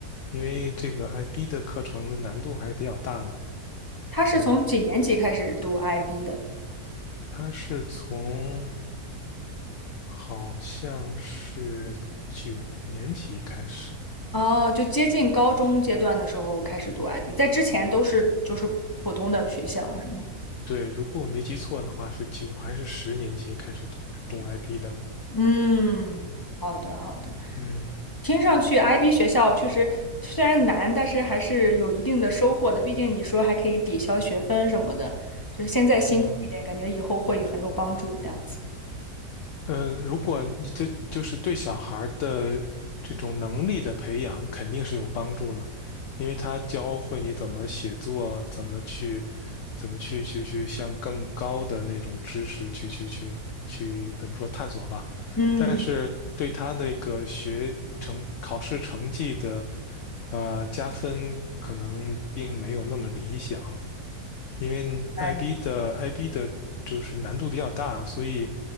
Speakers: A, on the left (about 65°); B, on the left (about 20°).
A: 因为这个 IB 的课程的难度还是比较大的。
B: 他是从几年级开始读
A: 嗯，
B: IB 的？
A: 他是从好像是九年级开始。
B: 哦，就接近高中阶段的时候开始读 IB，在之前都是就是普通的学校，是吗？
A: 对，如果我没记错的话，是九还是十年级开始懂懂 i P 的？
B: 嗯，好的，好的。
A: 嗯
B: 听上去，IB 学校确实虽然难，但是还是有一定的收获的。毕竟你说还可以抵消学分什么的，就是现在辛苦一点，
A: 嗯，
B: 感觉以后会很有帮助的样子。
A: 嗯，如果你这就是对小孩儿的这种能力的培养，肯定是有帮助的，因为他教会你怎么写作，怎么去，怎么去去去向更高的那种知识去去去去怎么说探索吧。
B: 嗯，
A: 但是对他那个学成考试成绩的呃加分，可能并没有那么理想。因为
B: 哎，
A: IB 的 IB 的就是难度比较大，所以